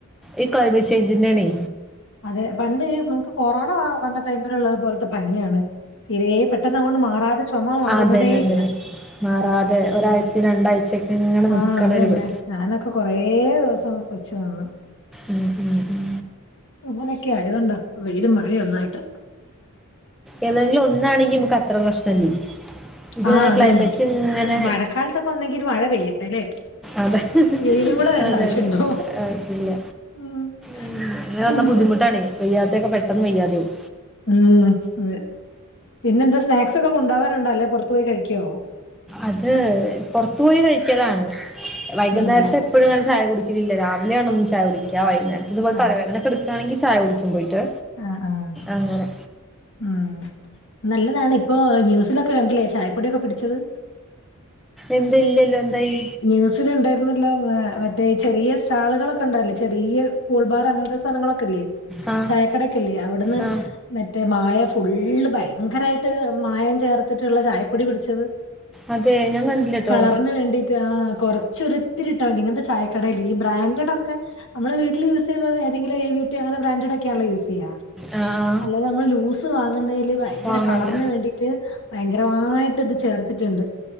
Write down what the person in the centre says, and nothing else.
ഈ ക്ലൈമെറ്റ് ചേഞ്ചിൻഡാണെ
അതന്നെ അതന്നെ മാറാതെ ഒരാഴ്ച രണ്ടാഴ്ചൊക്കെ ഇങ്ങെനനിക്കാനൊരു
മ
ഉം ഉം ഉം
ഏതെങ്കിലും ഒന്നാണെങ്കി നമുക്ക് അത്ര പ്രശ്നംല്ലേ ഇത്
ക്ലൈമറ്റ്
ഇങ്ങനെ
അതെ
അതാണ്
ആവശ്യമില്ല
ഉം അങ്ങന
വന്നാ ബുദ്ധിമുട്ടാണെ വയ്യാത്തൊക്കെ പെട്ടെന്ന് വെയ്യാതാവും.
അത് പുറത്തു പോയി കഴിക്കലാണ് വൈകുന്നേരത്തെ
എപ്പഴും അങ്ങനെ ചായ കുടിക്ക ലില്ല രാവിലെയാണ്‌ ഒന്ന്‌ ചായ കുടിക്ക വൈകുന്നേരത്ത്ക്ക്
തലവേദനക്ക എടുക്കാണെങ്കിൽ ചായ കുടിക്കും പോയിട്ട്
അങ്ങനെ
എന്താ ഇല്ലല്ലോ എന്തായി
ആ
ആ
അതെ ഞാൻ കണ്ടില്ല കേട്ടോ
ആ ആ
വാങ്ങില്ല